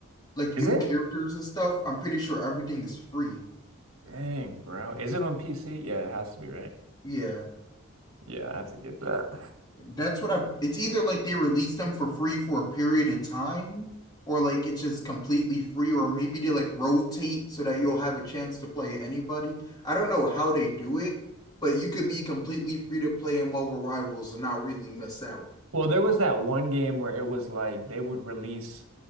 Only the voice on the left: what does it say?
Like
new
characters and stuff. I'm pretty sure everything is free.
Yeah.
That's what I. It's either like they released them for free for a period of time, or like it's just completely free, or maybe they like rotate so that you'll have a chance to play anybody. I don't know how they do it, but you could be completely free to play them over rivals and not really miss out.